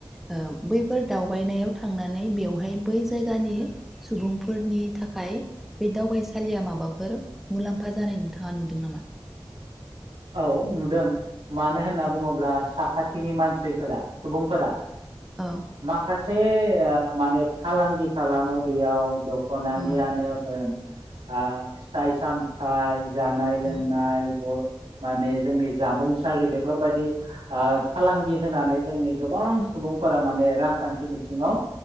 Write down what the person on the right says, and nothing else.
औ नुदों। मानो होनना बुङोब्ला साखाथिनि मानसि फोरा सुबुंफोरा
माखासे से माने फालांगि खालामो बेयाव दख दख'नानियानो
होन आ फिथाइ-सामथाइ जानाय-लोंनाय
माने जोंनि जामुंसालि बेफोरबायदि ओ फालांगि होनानै जोंनि गोबां सुबुंफोरा माने रांखान्थि बिथिङाव